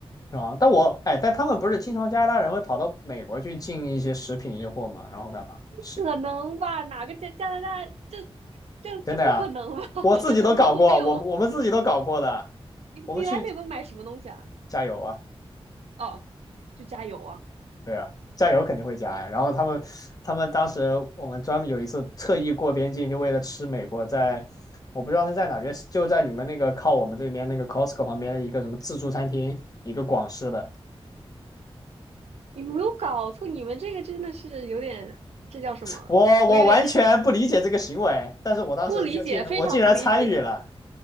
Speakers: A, on the left; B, on the right.
A: 是吧？但我哎，但他们不是经常加拿大人会跑到美国去进一些食品运货嘛，然后干嘛？是
B: 可能吧？哪个加加拿大这这这不可能吧？
A: 真的呀，我自己都搞过，
B: <laughs> 这很荒谬。
A: 我我们自己都搞过的，
B: 你你来美国买什么东西啊？
A: 我们去加油啊！
B: 哦，就加油啊！
A: 对啊，酱油肯定会加呀。然后他们他们当时我们专门有一次特意过边境，就为了吃美国在我不知道是在哪，就就在你们那个靠我们这边那个 Costco 旁边的一个什么自助餐厅，一个广式的。
B: 你没有搞错，你们这个真的是有点，这叫什么？
A: 我我完全不理解这个行为，
B: 我有点
A: 但是我当时就竟然我竟然参与了，
B: <laughs> 不理解，非常不理解，